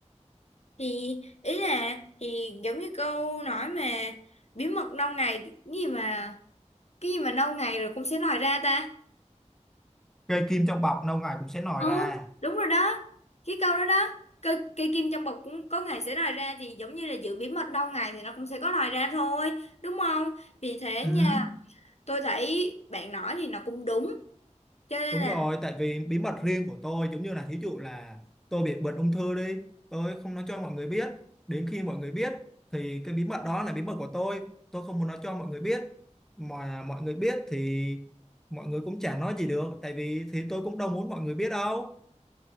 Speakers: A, on the left; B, in the centre.
A: thì ý là thì giống như câu nói mà bí mật lâu ngày cái gì mà cái gì mà lâu ngày rồi cũng sẽ lòi ra ta
B: cây kim trong bọc lâu ngày cũng sẽ nổi
A: ừ
B: ra
A: đúng rồi đó cái câu đó đó cây, cây kim trong bọc cũng có ngày sẽ lòi ra thì giống như là giữ bí mật lâu ngày thì nó cũng sẽ có lòi ra thôi đúng không vì thế
B: ừ.
A: nha tôi thấy bạn nói thì nó cũng đúng cho nên
B: Đúng
A: là
B: rồi, tại vì bí mật riêng của tôi giống như là thí dụ là tôi bị bệnh ung thư đi, tôi không nói cho mọi người biết. Đến khi mọi người biết thì cái bí mật đó là bí mật của tôi, tôi không muốn nói cho mọi người biết. Mà mọi người biết thì mọi người cũng chả nói gì được, tại vì thì tôi cũng đâu muốn mọi người biết đâu.